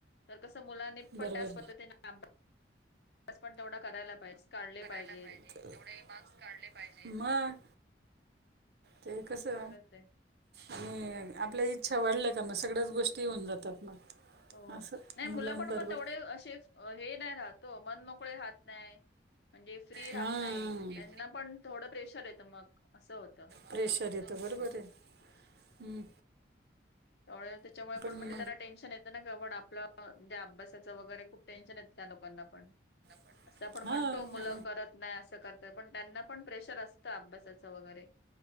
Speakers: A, on the left (about 65°); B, on the right (about 60°).
A: तर कसं मुलांने पण
B: बरोबर
A: त्याच पद्धतीने लाब स पण तेवढा करायला पाहिजे काढले पाहिजेत
B: तेवढ मास्क काढले पाहिजे ते कसं
A: खरंच आहे
B: आणि आपल्या इच्छा वाढल्या का मग सगळ्याच गोष्टी येऊन जातात मग
A: हो
B: असं
A: नाही मुलं
B: मुलांबरोबर
A: पण मग तेवढे असे हे नाही राहतो मन मोकळे राह नाही म्हणजे फ्री राहत
B: म्हणजे
A: नाही त्यांना पण थोडं प्रेशर येतं मग असं होत
B: प्रेशर येत बरोबर आहे हम्
A: त्यामुळे त्याच्यामुळे पण
B: मग
A: म्हणजे त्यांना टेन्शन येतं ना का पण आपलंणे अभ्यासाचं वगैरे खूप टेन्शन येत त्या लोकांना पण
B: पण
A: असं आपण म्हणतो
B: हा
A: मुलं करत नाही असं करत पण त्यांना पण प्रेशर असतं अभ्यासाचं वगैरे